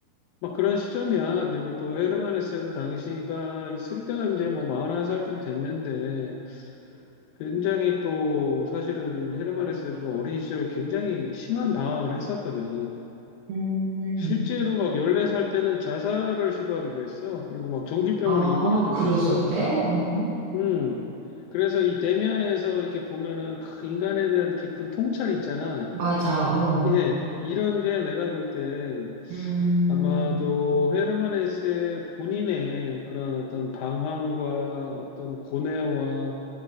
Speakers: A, on the left; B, on the right.
A: 막 그런 시점이야. 그리고 또 헤르만 헤세도 당시가 있을 때가 이제 뭐 41살 좀 됐는데 굉장히 또 사실은 헤르만 헤세도 어린 시절 굉장히 심한 방황을 했었거든.
B: 음,
A: 실제로 막 14살 때는 자살을 시도하기도 했어. 그리고 막 정신병원에
B: 아,
A: 입원한 적도
B: 그랬었대?
A: 있어.
B: 어,
A: 음. 그래서 이 대면에서 이렇게 보면은 그 인간에 대한 깊은 통찰이 있잖아.
B: 맞아, 어.
A: 예, 이런 게 내가 볼 땐
B: 음.
A: 아마도 헤르만 헤세의 본인의 그런 어떤 방황과 어떤 고뇌와